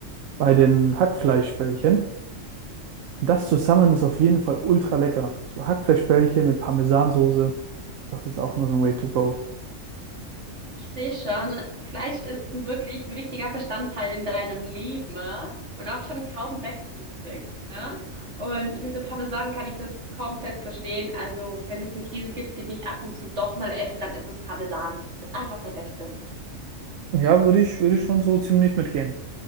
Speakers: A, on the right (about 80°); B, on the right (about 60°).
A: bei den Hackfleischbällchen. Das zusammen ist auf jeden Fall ultra lecker. So Hackfleischbällchen mit Parmesansoße, das ist auch immer so ein Way to go.
B: Ich sehe schon, Fleisch ist ein wirklich wichtiger Bestandteil in deinem Leben ne? und auch schon kaum wegzubringen. Ne? Und mit dem Parmesan kann ich das komplett verstehen. Also, wenn es einen Käse gibt, den ich ab und zu doch mal esse, dann ist es Parmesan. Ist einfach der Beste.
A: Ja, würde ich, würde ich schon so ziemlich mitgehen.